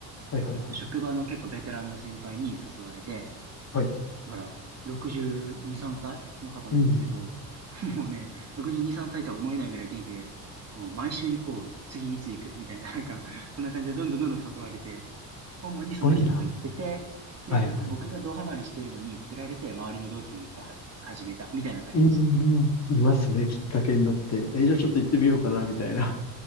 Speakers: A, on the left; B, on the right.
A: はいはいはい。
B: えっと、職場の結構ベテランの先輩に誘われて、
A: はい。
B: だから、62、3歳の方なんですけど、
A: うん。す
B: <laughs> もうね、62、3歳とは思えないぐらい元気で、もう毎週行こう、次いつ行く、みたいな、なんか、そんな感じでどんどんどんどん誘われて、主にその人と行ってて、
A: ごいな。
B: で、
A: はいはい。
B: 僕がドハマりしてるのに釣られて、周りの同期もいっぱいはじ、始めた、みたいな感じでした。
A: うん。いますね。きっかけになって。え、
B: <laughs>
A: じゃあちょっと行ってみようかな、みたいな。